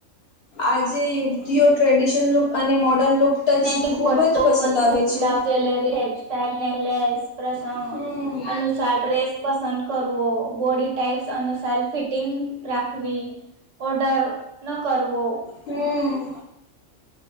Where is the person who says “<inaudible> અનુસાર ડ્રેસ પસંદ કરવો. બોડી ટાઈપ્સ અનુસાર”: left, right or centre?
Right